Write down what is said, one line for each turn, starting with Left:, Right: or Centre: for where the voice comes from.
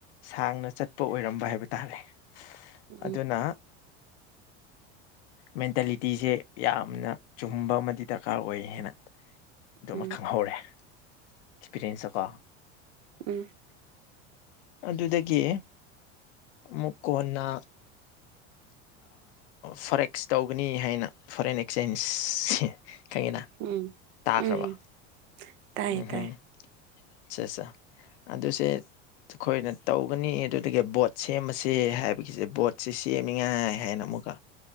Left: ꯁꯥꯡꯅ ꯆꯠ ꯄ ꯑꯣꯏꯔꯝꯕ ꯍꯥꯏꯕ ꯇꯥꯔꯦ
Right: ꯎꯝ
Left: ꯑꯗꯨꯅ ꯃꯦꯟꯇꯦꯂꯤꯇꯤꯁꯦ ꯌꯥꯝꯅ ꯆꯨꯝꯕ ꯑꯃꯗꯤ ꯗꯔꯀꯥꯔ ꯑꯣꯏ ꯍꯥꯏꯅ ꯑꯗꯨꯃ
Right: ꯎꯝ
Left: ꯈꯪꯍꯧꯔꯦ ꯑꯦꯛꯁꯄꯤꯔꯤꯌꯦꯟꯁꯇꯀꯣ
Right: ꯎꯝ ꯎꯝ
Left: ꯑꯗꯨꯗꯒꯤ ꯑꯃꯨꯛ ꯀꯣꯟꯅ ꯐꯣꯔꯦꯛꯁ ꯇꯧꯒꯅꯤ ꯍꯥꯏꯅ ꯐꯣꯔꯦꯟ ꯑꯦꯛꯆꯦꯟꯁꯁ ꯀꯩꯅꯣ
Right: ꯎꯝ
Left: ꯇꯥꯈ꯭ꯔꯕ
Right: ꯎꯝ ꯇꯥꯏꯌꯦ
Left: ꯎꯝꯝ
Right: ꯇꯥꯏ ꯇꯥꯏ
Left: ꯑꯠꯆꯥ ꯑꯠꯆꯥ ꯑꯗꯨꯁꯦ ꯑꯩꯈꯣꯏꯅ ꯇꯧꯒꯅꯤ ꯑꯗꯨꯗꯒꯤ ꯕꯣꯠ ꯁꯦꯝꯃꯁꯦ ꯍꯥꯏꯕꯒꯤꯁꯦ ꯕꯣꯠꯁꯦ ꯁꯦꯝꯃꯤꯉꯥꯏ ꯍꯥꯏꯅ ꯑꯃꯨꯛꯀ